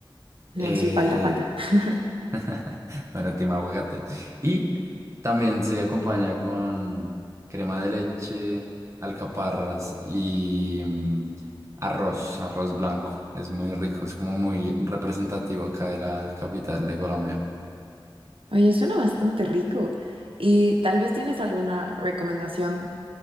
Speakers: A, on the right; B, on the right.
A: No,
B: Eh,
A: sí, falta, falta. <laughs>
B: <laughs> Bueno, team aguacate. Y también se acompaña con crema de leche, alcaparras y mm, arroz, arroz blanco. Es muy rico, es como muy representativo acá de la capital de Colombia.
A: Oye, suena bastante rico. Y tal vez tienes alguna recomendación